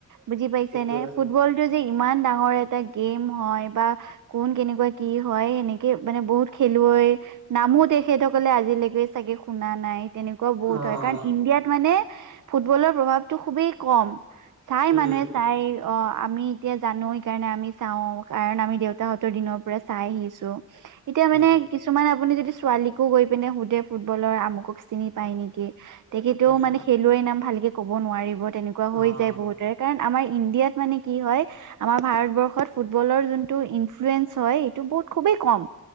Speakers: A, on the right (about 80°); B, on the right (about 65°).
A: বুজি পাইছে
B: এতিয়া
A: নে? ফুটবলটো যে ইমান ডাঙৰ এটা গেম হয় বা কোন কেনেকুৱা কি হয় সেনেকে মানে বহুত খেলুৱৈ নামো তেখেতসকলে আজিলৈকে চাগে শুনা নাই। তেনেকুৱাও বহুত
B: অ'
A: হয় কাৰণ, ইণ্ডিয়াত মানে ফুটবলৰ প্ৰভাৱটো খুবেই কম। চাই
B: উম,
A: মানুহে চাই অ, আমি এতিয়া জানো সেইকাৰণে আমি চাওঁ। কাৰণ আমি দেউতাহঁতৰ দিনৰ পৰা চাই আহিছোঁ। এতিয়া মানে
B: উম,
A: কিছুমান আপুনি যদি ছোৱালীকো গৈ পিনে সুধে ফুটবলৰ আমুকক চিনি পায় নেকি বুলি? তেতিয়া কিন্তু
B: উম।
A: মানে খেলুৱৈৰ নাম ভালেকে ক'ব নোৱাৰিব তেনেকুৱা হৈ
B: অ'
A: যায় বহুত। কাৰণ আমাৰ ইণ্ডিয়াত মানে কি হয় আমাৰ ভাৰতবৰ্ষত ফু ফুটবলৰ যোনটো ইনফ্লুৱেঞ্চ হয়, এইটো বহুত খুবেই কম।